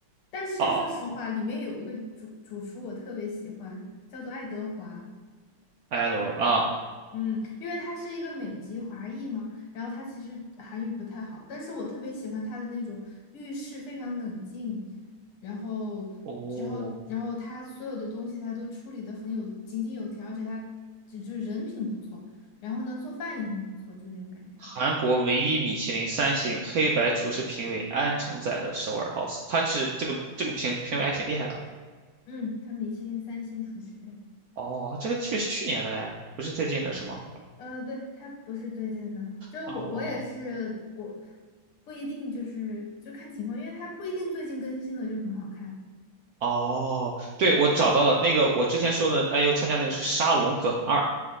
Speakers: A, on the left; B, on the right.
A: 但是说实话，
B: 哦
A: 里面有一个主主厨我特别喜欢，叫做爱德华，
B: ，Edward 啊，
A: 嗯，因为他是一个美籍华裔嘛，然后他其实韩语不太好，但是我特别喜欢他的那种遇事非常冷静，然后，
B: 哦。
A: 然后，然后他所有的东西他都处理的很有井井有条，而且他就就是人品不错，然后呢做饭也很不错，就那种感觉。
B: 韩国唯一米其林三星黑白厨师评委安承宰的首尔 House，他是这个这个评评委还挺厉害的。
A: 嗯，他米其林三星厨师，对，
B: 哦，这个剧是去年的哎，不是最近的是吗？
A: 呃，对，他不是最近的，就我我也是我
B: 哦
A: 不一定就是就看情况，因为他不一定最近更新的就很好看。
B: 哦，对，我找到了那个我之前说的 IU 参加那个是《沙龙梗二》，